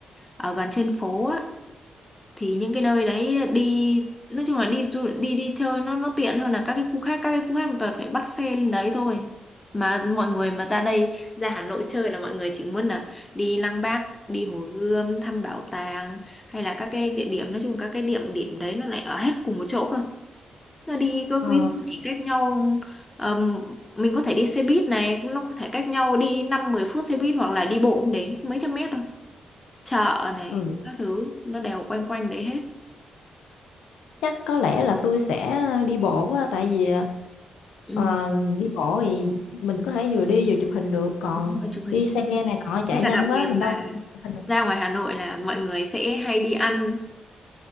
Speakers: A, on the left; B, on the left.
A: ở gần trên phố á. Thì những cái nơi đấy đi nói chung là đi du, đi đi chơi nó nó tiện hơn là các cái khu khác. Các cái khu khác mình toàn phải bắt xe lên đấy thôi. Mà mọi người mà ra đây ra Hà Nội chơi là mọi người chỉ muốn là đi Lăng Bác, đi Hồ Gươm, thăm bảo tàng hay là các cái địa điểm nói chung các cái địa điểm đấy nó lại ở hết cùng một chỗ cơ nó đi có
B: Ờ,
A: ví dụ chỉ cách nhau ờm, mình có thể đi xe buýt này nó có thể cách nhau đi năm mười phút xe buýt hoặc là đi bộ cũng đến mấy trăm mét thôi chợ này
B: ừ
A: các thứ nó đều quanh quanh đấy hết
B: chắc có lẽ là tôi sẽ ờ, đi bộ quá tại vì
A: ừ,
B: ờ, đi bộ thì mình có thể vừa đi vừa chụp hình được còn
A: đúng là chụp
B: đi
A: hình
B: xe này nọ chạy
A: với cả
B: nhanh
A: đặc
B: quá
A: biệt
B: mình
A: là
B: đâu có chụp hình được
A: ra ngoài Hà Nội là mọi người sẽ hay đi ăn